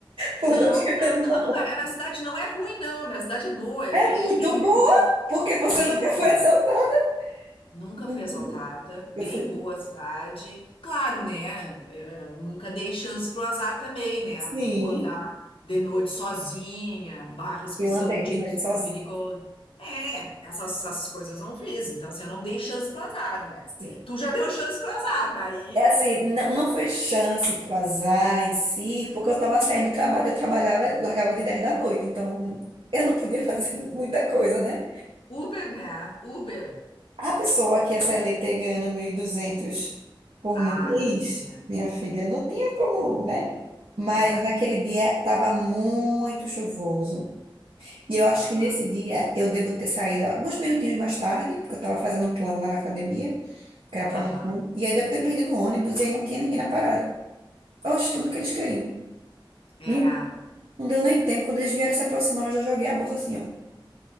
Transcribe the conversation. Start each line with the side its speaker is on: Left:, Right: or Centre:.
Right: por
Left: Não,
Right: Dois Caras
Left: não,
Right: numa
Left: não. Ah,
Right: Moto?
Left: não, a minha a minha cidade não é ruim, não. A minha cidade é boa, é
Right: É
Left: bem,
Right: muito
Left: bem,
Right: boa, porque você
Left: é bem
Right: nunca
Left: boa.
Right: foi assaltada.
Left: Nunca
Right: Muito
Left: fui assaltada,
Right: bom.
Left: bem
Right: Eu fui.
Left: boa cidade. Claro, né? eh, nunca dei chance pro azar também, né?
Right: Sim.
Left: Não vou andar de noite sozinha, bairros que
Right: Eu
Left: são
Right: andei
Left: ditos
Right: de noite sozinha.
Left: como perigosos. É, essas, essas coisas não fiz. Então, assim, eu não dei chance pro azar, né?
Right: Sim.
Left: Tu já deu chance pro azar, daí
Right: É assim, não, não foi chance pro azar em si, porque eu tava saindo do trabalho, eu trabalhava, largava de 10 da noite, então eu não podia <laughs> fazer muita coisa, né?
Left: Uber, né? Uber.
Right: A pessoa que é CLT ganhando 1.200 por
Left: Ah,
Right: mês,
Left: entendi.
Right: minha filha, não tinha como,
Left: Não
Right: né?
Left: tem.
Right: Mas
Left: É.
Right: naquele dia estava muito chuvoso. E eu
Left: Ah,
Right: acho que nesse dia eu devo ter saído alguns minutinhos mais tarde, porque eu estava fazendo um plano lá na academia. que era promoção.
Left: aham.
Right: E aí deve ter perdido o ônibus e aí não tinha ninguém na parada. Oxe, tudo que eles queriam.
Left: É.
Right: Não, não deu nem tempo. Quando eles vieram se aproximando, eu já joguei a bolsa assim, ó.